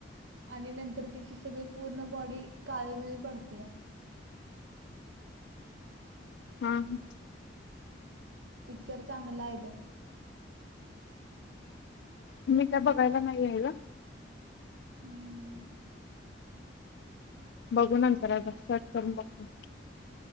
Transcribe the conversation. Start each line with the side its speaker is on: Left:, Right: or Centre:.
Right: आणि नंतर तिची सगळी पूर्ण बॉडी काळी निळी पडत्या
Left: हम्
Right: पिक्चर चांगला आहे तो
Left: मी काय बघायला नाही आहे ग.
Right: हम
Left: बघू नंतर आता सर्च करून बघतो.